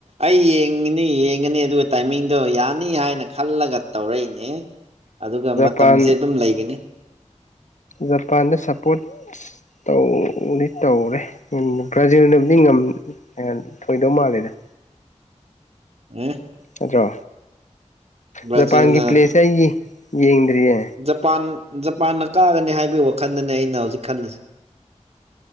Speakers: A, on the right (about 60°); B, on the left (about 80°).
A: ꯑꯩ ꯍꯤꯡꯉꯤꯅꯤ ꯌꯦꯡꯉꯅꯤ ꯑꯗꯨꯒ ꯇꯥꯏꯃꯤꯡꯗꯣ ꯌꯥꯅꯤ ꯍꯥꯏꯅ ꯈꯜꯂꯒ ꯇꯧꯔꯛꯏꯅꯦ ꯑꯗꯨꯒ ꯃꯇꯝꯁꯦ
B: ꯄꯥꯟ
A: ꯑꯗꯨꯝ ꯂꯩꯒꯅꯤ
B: ꯖꯄꯥꯟꯗ ꯁꯄꯣꯔꯠ ꯇꯧꯗꯤ ꯇꯧꯔꯦ ꯕ꯭ꯔꯥꯖꯤꯜꯅꯕꯨꯗꯤ ꯑꯦ ꯊꯣꯏꯗꯧ ꯃꯥꯜꯂꯦꯅꯦ
A: ꯎꯝ
B: ꯅꯠꯇ꯭ꯔꯣ
A: ꯕ꯭ꯔꯥꯖꯤꯜꯅ
B: ꯖꯄꯥꯟꯒꯤ ꯄ꯭ꯂꯦꯁꯁꯦ ꯑꯩꯒꯤ ꯌꯦꯡꯗ꯭ꯔꯤꯌꯦ
A: ꯖꯄꯥꯟ ꯖꯄꯥꯟꯅ ꯀꯥꯒꯅꯤ ꯍꯥꯏꯕꯒꯤ ꯋꯥꯈꯜꯗꯅꯦ ꯑꯩꯅ ꯍꯧꯖꯤꯛ ꯈꯜꯂꯤꯁꯦ